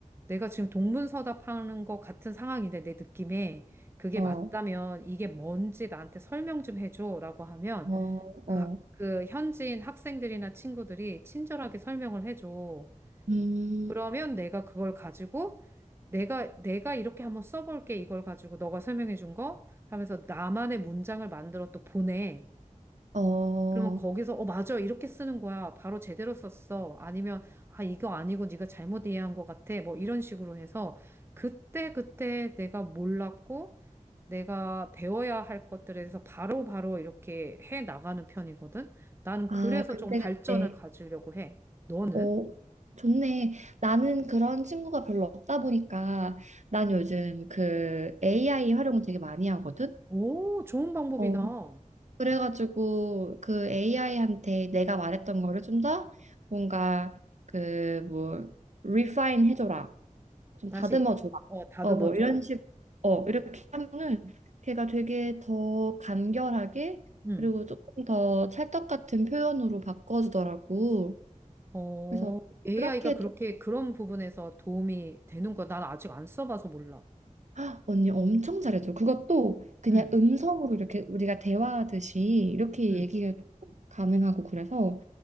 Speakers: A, on the right; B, on the right.
A: 내가 지금 동문서답하는 것 같은 상황인데 내 느낌에 그게
B: 어,
A: 맞다면 이게 뭔지 나한테 설명 좀 해줘라고 하면
B: 어,
A: 그,
B: 어,
A: 그 현지인 학생들이나 친구들이 친절하게 설명을 해줘.
B: 음,
A: 그러면 내가 그걸 가지고 내가 내가 이렇게 한번 써볼게 이걸 가지고 너가 설명해준 거 하면서 나만의 문장을 만들어 또 보내.
B: 어,
A: 그러면 거기서 어 맞아 이렇게 쓰는 거야 바로 제대로 썼어 아니면 아 이거 아니고 네가 잘못 이해한 것 같아 뭐 이런 식으로 해서 그때 그때 내가 몰랐고 내가 배워야 할 것들에 대해서 바로바로 이렇게 해 나가는 편이거든 나는
B: 아,
A: 그래서
B: 그때
A: 조금 발전을
B: 그때.
A: 가지려고 해 너는?
B: 어, 좋네. 나는 그런 친구가 별로 없다 보니까 난 요즘 그 AI 활용을 되게 많이 하거든.
A: 오 좋은 방법이다
B: 어. 그래가지고 그 AI한테 내가 말했던 거를 좀 더 뭔가 그 뭐 refine 해줘라. 좀
A: 다시
B: 다듬어 줘라.
A: 어 다듬어
B: 어, 뭐
A: 줘
B: 이런 식. 어, 이렇게 하면은 걔가 되게 더 간결하게
A: 음
B: 그리고 조금 더 찰떡 같은 표현으로 바꿔주더라고.
A: 어
B: 그래서
A: AI가
B: 그렇게
A: 그렇게 그런 부분에서 도움이 되는 거 난 아직 안 써봐서 몰라
B: 헉, 언니 엄청 잘해줘. 그것도 그냥
A: 응.
B: 음성으로 이렇게 우리가 대화하듯이 이렇게
A: 응.
B: 얘기해도 가능하고 그래서